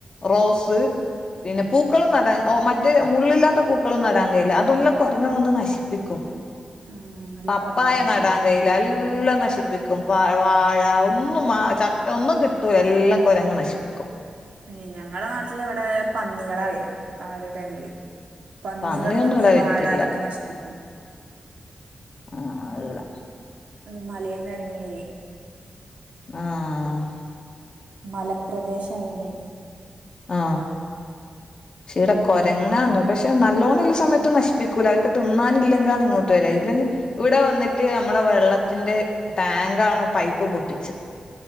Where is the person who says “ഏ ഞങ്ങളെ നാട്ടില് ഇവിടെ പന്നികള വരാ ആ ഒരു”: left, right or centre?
Right